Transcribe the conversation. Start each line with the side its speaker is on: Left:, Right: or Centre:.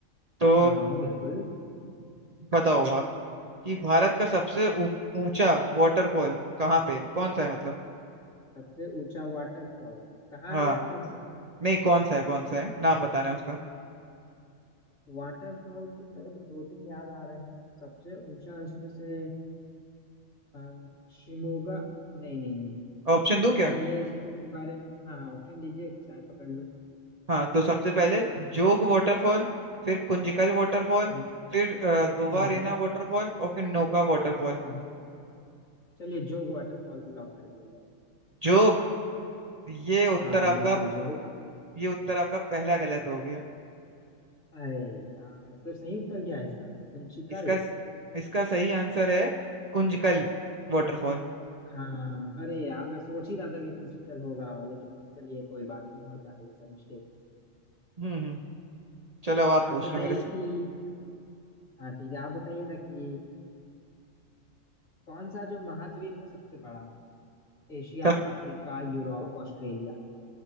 Right: तो
Left: हाँ हाँ बिल्कुल
Right: बताओ आप कि भारत का सबसे ऊ- ऊंचा वाटरफॉल कहाँ पे है कौन सा है मतलब
Left: सबसे ऊंचा वाटरफॉल कहाँ
Right: हाँ
Left: है या कौन सा
Right: नहीं कौन सा है कौन सा है नाम बताना है उसका
Left: वाटरफॉल तो मेरे को दो तीन याद आ रहे हैं सबसे ऊंचा उसमें से अ, शिमोगा नहीं नहीं नहीं
Right: ऑप्शन दूं क्या
Left: नहीं ये इसका इस बारे में हाँ हाँ ऑप्शन दीजिए शायद पकड़ लूँ
Right: हाँ तो सबसे पहले जोग वाटरफॉल फिर कुंजकल वाटरफॉल
Left: हम्म
Right: फिर अ, दोबारेना
Left: हम्म हम्म
Right: वाटरफॉल और फिर नोका वाटरफॉल
Left: हम्म। चलिए जोग वाटरफॉल को लॉक कर दिया जाए
Right: जोग ये उत्तर
Left: हाँ हाँ
Right: आपका
Left: बिल्कुल जोग
Right: ये उत्तर आपका पहला गलत हो गया
Left: अरे यार फिर सही उत्तर क्या है इसका कुंचिकल
Right: इसका इसका सही आंसर है कुंजकल वाटरफॉल
Left: हाँ अरे यार मैं सोच ही रहा था कि कुंचिकल होगा लेकिन चलिए कोई बात नहीं होता है ये सब मिस्टेक
Right: हम्म हम्म चलो अब आप पूछ
Left: आप बताइए
Right: लो मेरे से
Left: कि हाँ ठीक है आप बताइए ना कि कौन सा जो महाद्वीप है सबसे बड़ा है एशिया
Right: सब-
Left: अफ्रीका यूरोप ऑस्ट्रेलिया